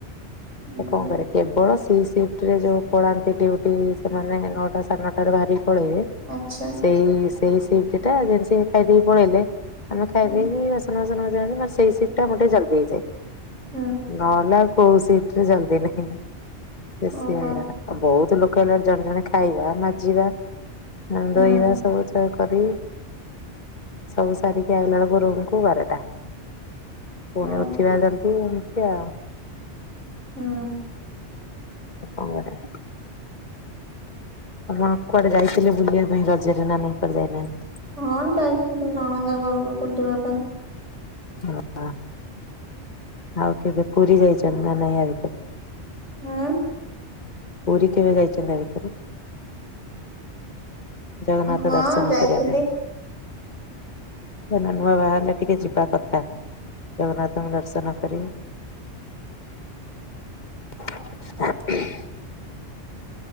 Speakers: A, on the right; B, on the left.
A: ହୁଁ
B: ତ କଣ କରିବି। କେବଳ ସି ସିଫ୍ଟ ରେ ଯୋଉ ପଳାନ୍ତି ଡୁଟି ସେମାନେ ନଅଟା ସାଢ଼େ ନଅଟା ବାହାରିକି ପଳେଇବେ।
A: ଆଚ୍ଛା।
B: ସେଇ ସେଇ ସି ଟା ଯେିତି ଖାଇଦକି ପଳେଇଲେ ଆମେ ଖାଇ
A: ହୁଁ
B: ଦେଇେଇକି ସୁ ସୁନାା ମ ସେଇ ସିଟା ମୋର ଟିକେ ଜଲଦି ହେଇଯାଏ।
A: ହୁଁ।
B: ନହେଲେ କୋଉ ସିଟରେ ଜଲଦି ନାହିଁ ବେଶୀ
A: ଓହୋ
B: ହଇରାଣ ବହୁତ ଲୋକ ହେଲା ଜଣେ ଜଣେ ଖାଇବା ମାଜିବା। ନା
A: ହୁଁ
B: ଧୋଇବା ସବୁ କରି ସବୁ ସାରିକି ଆଇଲା ବେଳକୁ ରୁ କୁ ବାରଟା ପୁଣି
A: ଓ
B: ଉଠିବା ଜଲ୍ଦି ଏମିତି ଆଉ
A: ହୁଁ।
B: ଆଉ କଣ କରିବା? ଆ ମା କୁଆଡେ ଯାଇଥିଲେ ବୁଲିବା ପାଇଁ ରଜରେ ନାନା କୁଆଡେ ଯାଇନାହାନ୍ତି?
A: ହଁ ଯାଇଥିଲ ତମ ଅନନନ୍ଦ ଘରକୁ ବୁଲିବା ପାଇଁ।
B: ନା। ଆଉ କେବେ ପୁରୀ ଯାଇଛନ୍ତି ନା ନାାଇଁ ୟା ଭିତରେ।
A: ହୁଁ।
B: ପୁରୀ କେବେ ଯାଇଛନ୍ତି ଏ ଭିତରେ ଜଗନ୍ନାଥ
A: ହଁ
B: ଦର୍ଶନ
A: ଯାଇଥିଲି
B: କରିବା ପାଇଁ। ନୂଆ ବାହାର ହେଲେ ଟିକେ ଯିବା କଥା। ଜଗନ୍ନାଥଙ୍କ ଦର୍ଶନ କରି। <inaudible>